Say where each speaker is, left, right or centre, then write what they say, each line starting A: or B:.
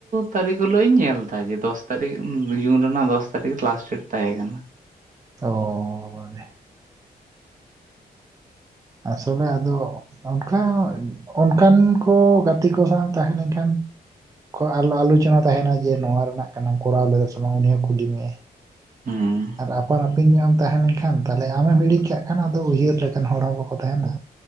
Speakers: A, on the right (about 50°); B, on the right (about 20°).
A: ᱛᱟᱹᱨᱤᱠᱷ ᱦᱤᱞᱟᱹᱜ ᱤᱧ ᱧᱮᱞ ᱮᱫᱟ ᱡᱮ ᱫᱚᱥ ᱛᱟᱹᱨᱤᱠᱷ ᱡᱩᱱ ᱨᱮᱱᱟᱜ ᱫᱚᱥ ᱛᱟᱹᱨᱤᱠᱷ ᱞᱟᱥᱴ ᱰᱮᱴ ᱛᱟᱦᱮᱸ ᱠᱟᱱᱟ
B: ᱛᱚ ᱢᱟᱱᱮ ᱟᱥᱚᱞᱮ ᱟᱫᱚ ᱚᱱᱠᱟ ᱚᱱᱠᱟᱱ ᱠᱚ ᱜᱟᱛᱮ ᱠᱚ ᱥᱟᱶ ᱛᱟᱦᱮᱸ ᱞᱮᱱ ᱠᱷᱟᱱ ᱠᱷ ᱟᱨᱞᱚ ᱟᱞᱳᱪᱚᱱᱟ ᱛᱟᱦᱮᱱᱟ ᱡᱮ ᱱᱚᱣᱟ ᱨᱮᱱᱟᱜ ᱠᱟᱱᱟ ᱠᱚᱨᱟᱣ ᱞᱮᱫᱟ ᱥᱮ ᱵᱟᱝ ᱩᱱᱤ ᱦᱚᱸ ᱠᱩᱞᱤ ᱢᱮᱭᱟ
A: ᱦᱩᱸ
B: ᱟᱨ ᱟᱯᱟᱱ ᱟᱹᱯᱤᱱ ᱧᱚᱜ ᱮᱢ ᱛᱟᱦᱮᱸ ᱞᱮᱱᱠᱷᱟᱱ ᱛᱟᱦᱞᱮ ᱟᱢᱮᱢ ᱦᱤᱲᱤᱡ ᱠᱟᱜ ᱠᱷᱟᱱ ᱟᱫᱚ ᱩᱭᱦᱟᱹᱨ ᱞᱮᱠᱟᱱ ᱦᱚᱲ ᱦᱚᱸ ᱵᱟᱠᱚ ᱛᱟᱦᱮᱱᱟ